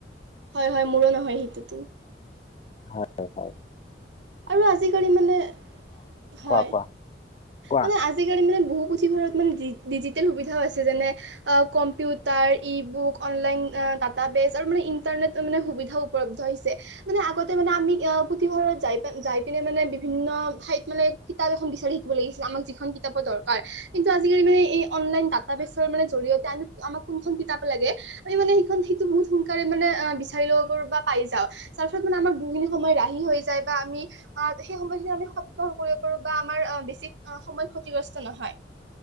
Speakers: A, on the right (about 85°); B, on the left (about 35°).
A: হয় হয় মোৰো নহয় সেইটোতো
B: হয় -হয়
A: আৰু আজিকালি মানে হয়
B: কোৱা কোৱা কোৱা
A: মানে আজিকালি মানে বহু পুথিভৰালত মানে ডিজিটেল সুবিধাও আছে যেনে computer e book online data বেচ আৰু মানে ইণ্টাৰনেট মানে সুবিধা উপলব্ধ হৈছে মানে আগতে মানে আমি অ পুথিভঁৰাল। যাই যাই পিনে মানে বিভিন্ন ঠাইত মানে কিতাপ এখন বিচাৰি থাকিব লাগিছিলে আমাক যিখন কিতাপৰ দৰকাৰ কিন্তু আজিকালি মানে এই অনলাইন ডাটা বেচৰ মানে জৰিয়তে আমি আমাক কোনখন কিতাপ লাগে আমি মানে সেইখন সেইটো বহুত সোনকাল মানে বিচাৰি ল'ব বা পাই যাওঁ তাৰ পিছত মানে আমাৰ বহুখিনি সময় ৰাহি হৈ যায় বা আমি সেই সময়খিনি আমি সৎ ব্যৱহাৰ কৰিব পাৰো বা আমাৰ বেছি সময় ক্ষতিগ্ৰস্ত নহয়।